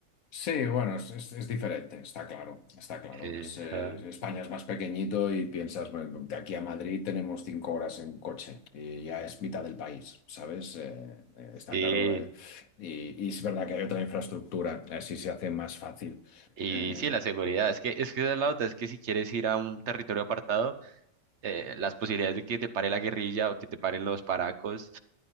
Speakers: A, on the left (about 85°); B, on the right (about 60°).
A: Sí, bueno, es, es- es diferente, está claro, está claro.
B: Eh,
A: Es, eh,
B: ajá.
A: España es más pequeñito y piensas, bueno, de aquí a Madrid tenemos cinco horas en coche y ya es mitad del país, ¿sabes? Eh, eh, está
B: Sí.
A: claro. eh, y, y es verdad que hay otra infraestructura, así se hace más fácil.
B: Y
A: Eh,
B: sí, la seguridad, es que, es que esa es la otra, es que si quieres ir a un territorio apartado, eh, las posibilidades de que te pare la guerrilla o que te paren los paracos